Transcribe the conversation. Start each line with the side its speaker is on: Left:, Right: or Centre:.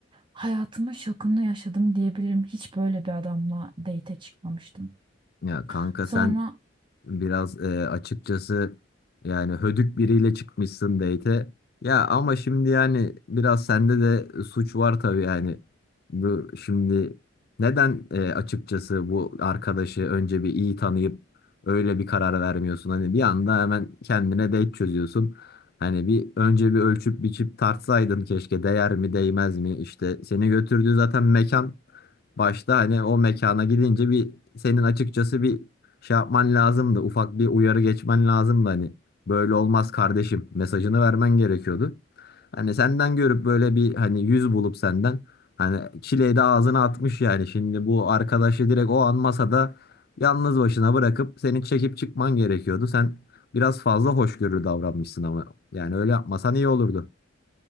Right: hayatımın şokunu yaşadım diyebilirim. Hiç böyle bir adamla date'e çıkmamıştım.
Left: Ya kanka
Right: Sonra
Left: sen Biraz e, açıkçası yani hödük biriyle çıkmışsın date'e. Ya ama şimdi yani biraz sende de suç var tabii yani. Bu şimdi neden e, açıkçası bu arkadaşı önce bir iyi tanıyıp öyle bir karar vermiyorsun? Hani bir anda hemen kendine date çözüyorsun. Hani bir önce bir ölçüp biçip tartsaydın keşke değer mi değmez mi? İşte seni götürdüğü zaten mekan başta hani o mekana gidince bir senin açıkçası bir şey yapman lazımdı. Ufak bir uyarı geçmen lazımdı hani. Böyle olmaz kardeşim mesajını vermen gerekiyordu. Hani senden görüp böyle bir hani yüz bulup senden hani çileyi de ağzına atmış yani. Şimdi bu arkadaşı direkt o an masada yalnız başına bırakıp seni çekip çıkman gerekiyordu. Sen biraz fazla hoşgörülü davranmışsın ama yani öyle yapmasan iyi olurdu.